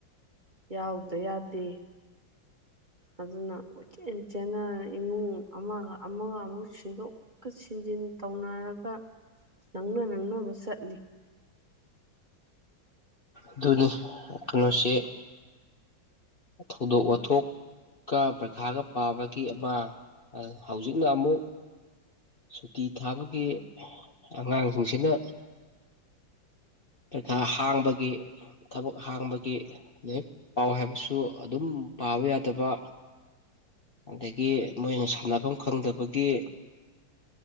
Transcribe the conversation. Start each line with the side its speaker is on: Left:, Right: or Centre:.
Right: ꯌꯥꯎꯗ ꯌꯥꯗꯦ ꯑꯗꯨꯅ ꯀꯣꯏꯆꯦꯟ ꯆꯦꯟꯅ ꯏꯃꯨꯡ ꯑꯃꯒ ꯑꯃꯒ ꯑꯃꯨꯛ ꯁꯤꯟꯗꯣꯛꯀ ꯁꯤꯟꯖꯤꯟ ꯇꯧꯅꯔꯒ ꯅꯪꯅ ꯅꯪꯅꯕ ꯆꯠꯂꯤ
Left: ꯑꯗꯨꯅꯤ ꯀꯩꯅꯣꯁꯦ ꯊꯧꯗꯣꯛ ꯋꯥꯊꯣꯛꯀ ꯄꯔ꯭ꯈꯥꯒ ꯄꯥꯕꯒꯤ ꯑꯃ ꯍꯧꯖꯤꯛꯅ ꯑꯃꯨꯛ ꯁꯨꯇꯤ ꯊꯥꯕꯒꯤ ꯑꯉꯥꯡꯁꯤꯡꯁꯤꯅ ꯄꯩꯈꯥ ꯍꯥꯡꯕꯒꯤ ꯊꯕꯛ ꯍꯥꯡꯕꯒꯤ ꯂꯥꯏꯔꯤꯛ ꯄꯥꯎ ꯍꯥꯏꯕꯁꯨ ꯑꯗꯨꯝ ꯄꯥꯕ ꯌꯥꯗꯕ ꯑꯗꯒꯤ ꯃꯣꯏꯅ ꯁꯥꯟꯅꯐꯝ ꯈꯪꯗꯕꯒꯤ